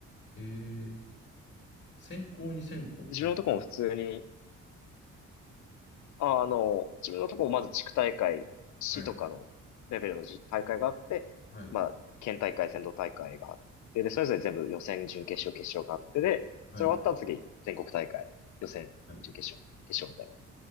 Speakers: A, on the left; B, on the left.
A: えー、専攻に専攻。
B: 自分のとこも普通に
A: えー
B: ああの、自分のとこもまず地区大会、市とかのレベルのじ大会があって、
A: はい、はい、
B: まあ、県大会、全道大会があって、で、それぞれ全部予選、準決勝、決勝があって、で、
A: はい、
B: それ終わったら次、全国大会、予選、
A: はい。
B: 準決勝、決勝みたいな感